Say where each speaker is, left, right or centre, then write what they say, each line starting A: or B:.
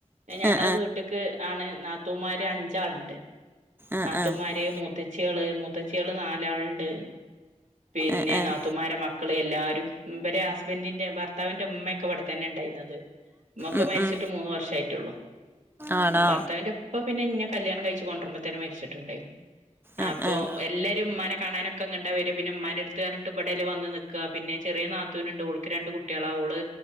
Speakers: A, on the right (about 85°); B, on the right (about 15°).
A: ഞങ്ങളെ
B: ആഹ്
A: വീട്ട്ക്ക് ആണ് നാത്തൂമാര് അഞ്ചാളുണ്ട്
B: ആഹ്
A: നാത്തൂമാര്
B: ആഹ് ആഹ്
A: മൂത്ത മുത്തച്ചിയോൾ മൂത്തച്ചികള് നാലാള്ണ്ട് പിന്നെ
B: ആഹ് ആഹ്
A: നാതുമാരെ മക്കള് എല്ലാവ ഇവടെ ഹസ്ബന്റ്ന്റെ ഭർത്താവിന്റെ ഉമ്മക്കെ വടെത്തന്നെ ഉണ്ടായിന്നത് മ്മപ്പ
B: ഉം
A: മരിച്ചിട്ട്
B: ഉം
A: മൂന്ന് വർഷായിട്ടുള്ളൂ
B: ആണോ
A: ഭർത്താവിന്റെ ഇപ്പ പിന്നെ ഇന്നെ കല്യാണം കഴ കൊണ്ടുരുമ്പ തന്നെ മരിച്ചിട്ട് ണ്ടായിന്നു
B: ആഹ്
A: അപ്പോ
B: ആഹ്
A: എല്ലാരും മ്മാനെ കാണാനൊക്കെ ഇങ്ങട്ടാ വരാ പിന്നെ മ്മന്റെടുത്ത് പറഞ്ഞിട്ട് ഇവിടേൽ വന്ന് നിക്കാ പിന്നെ ചെറിയ നാത്തൂനുണ്ട് ഓൾക്ക് രണ്ട് കുട്ടിയോളാ ഓള്